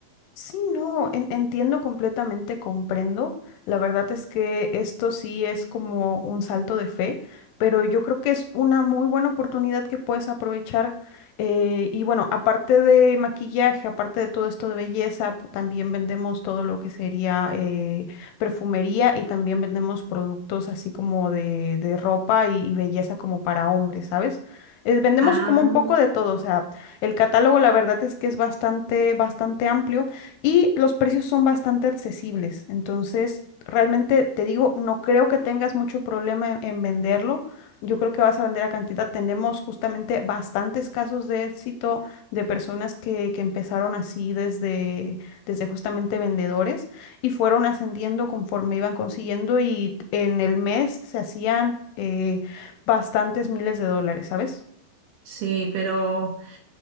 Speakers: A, on the left; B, on the right.
A: Sí, no, en- entiendo completamente, comprendo. La verdad es que esto sí es como un salto de fe, pero yo creo que es una muy buena oportunidad que puedes aprovechar. eh, y bueno, aparte de maquillaje, aparte de todo esto de belleza, pu- también vendemos todo lo que sería eh, perfumería y también vendemos productos así como de, de ropa y, y belleza como para hombres, ¿sabes? Eh, vendemos
B: Ah,
A: como un poco de todo, o sea, el catálogo la verdad es que es bastante, bastante amplio y los precios son bastante accesibles. Entonces, realmente te digo, no creo que tengas mucho problema en, en venderlo. Yo creo que vas a vender a cantidad. Tenemos justamente bastantes casos de éxito de personas que, que empezaron así desde, desde justamente vendedores y fueron ascendiendo conforme iban consiguiendo y en el mes se hacían eh, bastantes miles de dólares, ¿sabes?
B: sí, pero